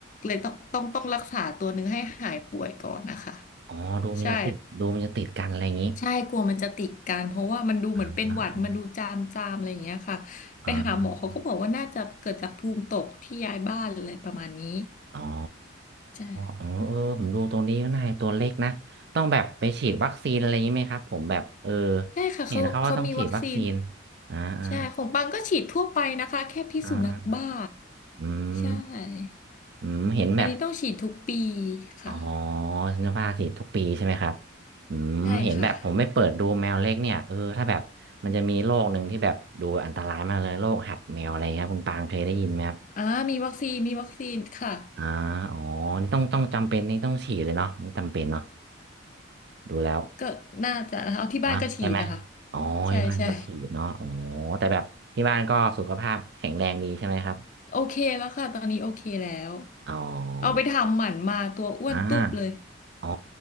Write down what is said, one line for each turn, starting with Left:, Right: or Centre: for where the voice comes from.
Left: เลยต้องต้องต้องรักษาตัวหนึ่งให้หายป่วยก่อนนะคะ
Right: อ๋อดูมันจะติดดูมันจะติดกันอะไรอย่างนี้
Left: ใช่ใช่กลัวมันจะติดกันเพราะว่ามันดูเหมือนเป็นหวัดมันดูจามจามอะไรอย่างเงี้ยค่ะไปหาหมอเขาก็บอกว่าน่าจะเกิดจากภูมิตกที่ย้ายบ้านอะไรประมาณนี้
Right: อ่าอ่าอ๋อ
Left: ใช่
Right: เออเออผมดูตรงนี้ก็น่าตัวเล็กนะต้องแบบไปฉีดวัคซีนอะไรอย่างนี้ไหมครับผมแบบเออ
Left: ใช่ค่ะเขาเขามีวัคซีน
Right: เห็นเขาว่าต้องฉีดวัคซีนอ่าอ่า
Left: ใช่ของปังก็ฉีดทั่วไปนะคะแค่พิษสุนัขบ้า
Right: อ่าอืม
Left: ใช่
Right: อืมเห็นแบบ
Left: อันนี้ต้องฉีดทุกปีค่ะ
Right: อ๋อฉันจะพาสิทุกปีใช่ไหมครับอืมเห็นแบบผมไม่เปิดดูแมวเล็กเนี่ยเออถ้าแบบมันจะมีโรคหนึ่งที่แบบดูอันตรายมากเลยโรคหัดแมวอะไรครับคุณปางเคยได้ยินไหมครับ
Left: ใช่ค่ะอ่ามีวัคซีนมีวัคซีนค่ะ
Right: อ่าอ๋อนี่ต้องต้องจำเป็นนี่ต้องฉีดเลยเนาะนี่จำเป็นเนาะดูแล้ว
Left: ก็น่าจะนะคะเอาที่บ้านก็ฉีดนะคะ
Right: นะใช่ไหมอ๋อที่บ้านก็ฉีดเนาะอ๋อ
Left: ใช่ใช่
Right: แต่แบบที่บ้านก็สุขภาพแข็งแรงดีใช่ไหมครับ
Left: โอเคแล้วค่ะตอนนี้โอเคแล้ว
Right: อ๋อ
Left: เอาไปทำหมันมาตัวอ้วนตุ๊บเลย
Right: อ่าอ๋อ